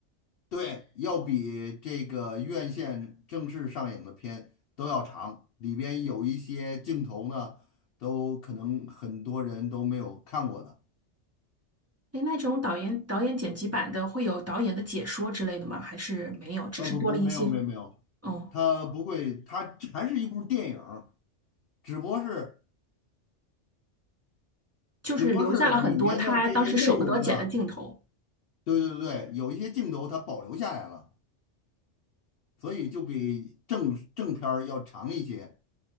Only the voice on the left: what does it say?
对，要比这个院线正式上映的片都要长，里边有一些镜头呢，都可能很多人都没有看过的。
呃，不不，没有没有没有，
它不会，它还是一部电影儿只不过是
只不过是里面的这些内容呢，对对对，有一些镜头它保留下来了，所以就比正正片儿要长一些。